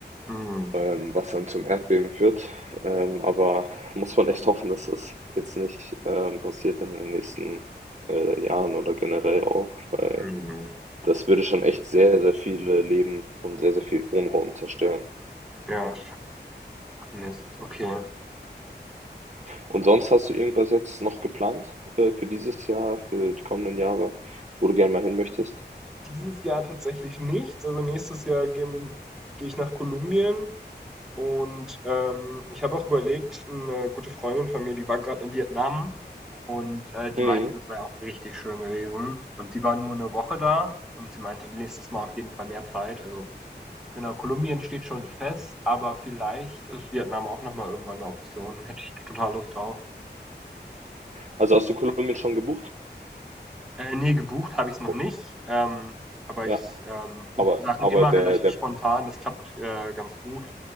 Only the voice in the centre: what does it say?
Mhm,
mhm.
Ja, sch Mist, okay.
Dieses Jahr tatsächlich nichts. Also nächstes Jahr gehe geh ich nach Kolumbien und ähm, ich habe auch überlegt, eine gute Freundin von mir, die war gerade in Vietnam und äh, die
meinte, das sei auch richtig schön gewesen. Und sie war nur eine Woche da und sie meinte, nächstes Mal auf jeden Fall mehr Zeit. Also genau, Kolumbien steht schon fest, aber vielleicht ist Vietnam auch nochmal irgendwann eine Option. Hätte ich total Lust drauf.
Äh, ne, gebucht habe ich es noch
nicht, ähm, aber
ich, ähm, buche
Sachen
immer
relativ
spontan. Das klappt, äh, ganz gut.